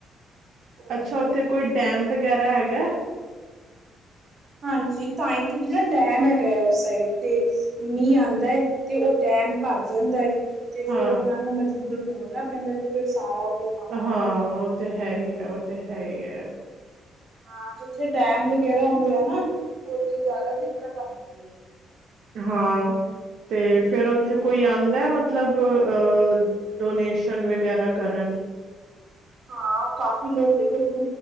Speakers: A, on the right; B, on the right.
A: ਉਹੀ
B: ਅੱਛਾ ਉੱਥੇ ਕੋਈ ਡੈਮ ਵਗੈਰਾ ਹੈਗਾ
A: ਹਾਂਜੀ ਤਾਂ ਹੀ ਉੱਥੇ ਨਾ ਡੈਮ ਹੈਗਾ ਹੈ ਉਸ ਸਾਈਡ ਤੇ ਮੀਂਹ ਆਉਂਦਾ ਹੈ, ਤੇ ਉਹ ਡੈਮ ਭਰ ਜਾਂਦਾ ਹੈ ਏ ਤੇ
B: ਹਾਂ।
A: ਫਿਰ ਉਹਨਾਂ ਨੂੰ ਮਜਬੂਰਨ ਖੋਲਣਾ ਪੈਂਦਾ, ਤੇ ਫਿਰ ਸਾਰਾ ਉਹਦੇ
B: ਹਾਂ ਉਹ ਤੇ ਹੈ ਹੀ ਹੈ, ਉਹ ਤੇ ਹੈ ਹੀ ਹੈ
A: ਹਾਂ ਜਿੱਥੇ ਡੈਮ ਵਗੈਰਾ ਹੁੰਦੇ ਆ ਨਾ ਉੱਥੇ ਜ਼ਿਆਦਾ ਦਿੱਕਤ ਆਉਂਦੀ ਹੈ
B: ਹਾਂ ਤੇ ਫਿਰ ਉੱਥੇ ਕੋਈ ਆਉਂਦਾ ਮਤਲਬ ਅਹ ਡੋਨੇਸ਼ਨ ਵਗੈਰਾ ਕਰਨ
A: ਹਾਂ ਕਾਫ਼ੀ ਲੋਕ ਦੇਖੋ ਧ